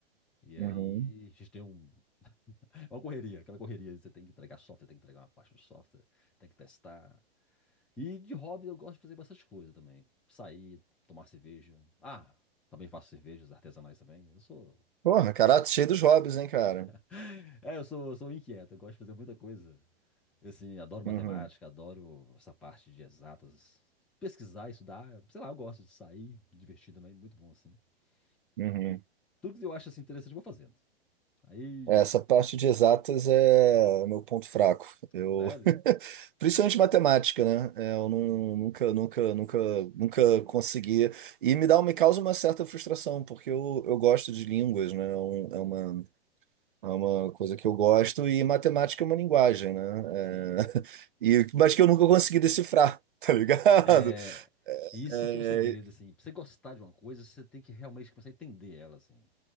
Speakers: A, in the centre; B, on the right.
A: E
B: Uhum.
A: aí a gente tem um, É Uma correria, aquela correria, você tem que entregar software, tem que entregar uma parte do software, tem que testar. E de hobby eu gosto de fazer bastante coisa também. Sair, tomar cerveja. Ah, também faço cervejas artesanais também. Eu sou.
B: Porra, cara, cheio dos hobbies, hein, cara?
A: <laughs> É, eu sou, sou inquieto, eu gosto de fazer muita coisa. Assim, adoro matemática,
B: Uhum.
A: adoro essa parte de exatas. Pesquisar, estudar, sei lá, eu gosto de sair, divertir também, muito bom assim.
B: Uhum.
A: E tudo que eu acho assim interessante, eu vou fazendo. Aí,
B: É, Essa parte de exatas é meu ponto fraco. Eu,
A: sério?
B: <laughs> principalmente matemática, né? É, Eu nu-
A: Hum,
B: nunca, nunca, nunca, nunca conseguia. E me dá, um, me causa uma certa frustração, porque eu, eu gosto de línguas, né? É um-
A: hum,
B: é uma, é uma coisa que eu gosto e matemática é uma linguagem, né?
A: sim.
B: É, <laughs> e, mas que eu nunca consegui decifrar, <laughs> tá ligado?
A: É, isso
B: É,
A: que é um segredo, assim. Pra você gostar de uma coisa, você tem que realmente começar a entender ela, assim.